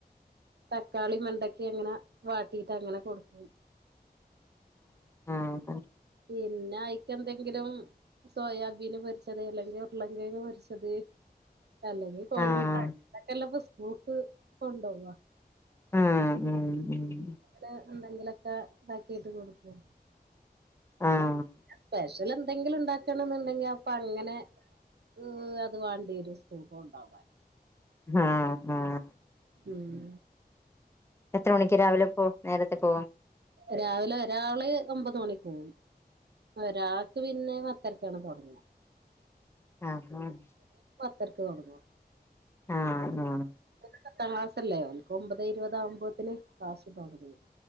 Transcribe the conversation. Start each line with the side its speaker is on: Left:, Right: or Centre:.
Right: തക്കാളി വേണ്ടാക്കേം ഇങ്ങനെ വാട്ടിട്ട് അങ്ങനെ കൊടുക്കും
Left: അഹ് അഹ്
Right: പിന്നെ ആയിക്ക് എന്തെങ്കിലും സോയാബീൻ പൊരിച്ചത് അല്ലെങ്കിൽ ഉരുള കിഴങ് പൊരിച്ചത് അല്ലെങ്കിൽ കോഴിമുട്ട
Left: ആഹ്
Right: അങ്ങനെക്കെല്ലപ്പോ സ്കൂൾക്ക് കൊണ്ടോവാ
Left: അഹ് ഉമ് ഉമ്
Right: ല എന്തെങ്കിലൊക്കെ ഇതാക്കിട്ട് കൊടുക്കും
Left: ആഹ്
Right: സ്പെഷ്യൽ എന്തെങ്കിലും ഉണ്ടാക്കണം എന്നുണ്ടെങ്കിൽ അപ്പൊ അങ്ങനെ <unintelligible> വണ്ടിന്ന് സ്കൂൾ കോണ്ടാവാൻ
Left: ആഹ് ആഹ്
Right: ഉമ്
Left: എത്ര മണിക്ക് രാവിലെ പോ നേരത്തെ പോവേ?
Right: രാവിലെ ഒരാള് ഒമ്പത് മണിക്ക് പോകവും ഒരാ ക്ക് പിന്നേ പത്തരക്കാണ് തുടങ്ങ.
Left: ആഹ്‌ അഹ്
Right: പത്തരക്ക് തുടങ്ങോ?
Left: ആആ
Right: പത്താം ക്ലാസ്സ്‌ ലേ ഓല്ക്ക് ഒമ്പതെ ഇരുപത ആകുമ്പോത്തിന് ക്ലാസ് തൊടങ്ങും